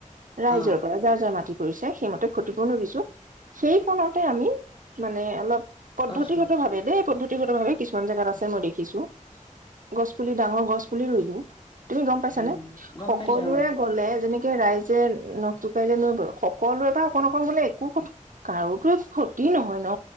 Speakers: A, on the right (about 80°); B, on the left (about 40°).
A: ৰাইজৰ
B: অ
A: পৰা। যাৰ যাৰ মাটি পৰিছে, সেইমতে ক্ষতিপূৰণো দিছো সেই কণতে আমি মানে অলপ পদ্ধতিগতভাৱে
B: গছ ৰুব
A: দেই পদ্ধতিগতভাৱে। কিছুমান জেগাত আছে মই দেখিছো গছ পুলি ডাঙৰ গছ পুলি ৰুই দিও। তুমি গম পাইছানে
B: উম গম
A: সকলোৰে
B: পাইছো অ
A: কলে যেনেকে ৰাইজে নখ জোকাৰিলে নৈ বয়। সকলোৰে পা অকন অকন গলে একো ক কাৰোতো একো ক্ষতি নহয় ন।